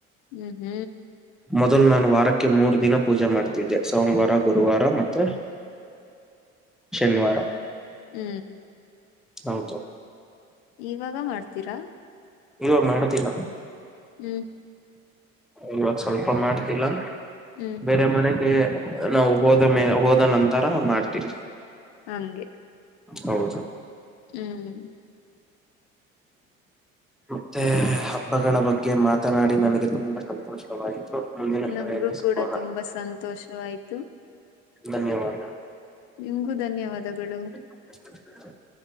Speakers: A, on the left; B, in the centre.
A: ಹ್ಮ ಹ್ಮ
B: ಮೊದಲ್ ನಾನು ವಾರಕ್ಕೆ ಮೂರ್ ದಿನ ಪೂಜೆ ಮಾಡ್ತಿದ್ದೆ ಸೋಮವಾರ ಗುರುವಾರ ಮತ್ತೆ ಶನಿವಾರ
A: ಹ್ಮ
B: ಹೌದು
A: ಇವಾಗ ಮಾಡ್ತೀರಾ
B: ಇವಾಗ್ ಮಾಡ್ತಿಲ್ಲ
A: ಹ್ಮ
B: ಇವಾಗ ಸ್ವಲ್ಪ ಮಾಡ್ತಿಲ್ಲ
A: ಹ್ಮ್
B: ಬೇರೆ ಮನೆಗೆ ನಾವು ಹೋದ ಮೇ ಹೋದ ನಂತರ ಮಾಡ್ತೀರಿ.
A: ಹಂಗೆ
B: ಹೌದು
A: ಹ್ಮ <inaudible>
B: ಮತ್ತೆ ಹಬ್ಬಗಳ ಬಗ್ಗೆ ಮಾತನಾಡಿ ನನಗೆ ತುಂಬಾ ಸಂತೋಷವಾಯಿತು. ಮುಂದಿನ
A: ನಂಗೂ
B: ಕರೆಯಲ್ಲಿ
A: ಕೂಡ
B: ಸಿಗೋಣ
A: ತುಂಬಾ ಸಂತೋಷವಾಯ್ತು.
B: ಧನ್ಯವಾದ.
A: ನಿಮಗೂ ಧನ್ಯವಾದಗಳು.
B: <inaudible>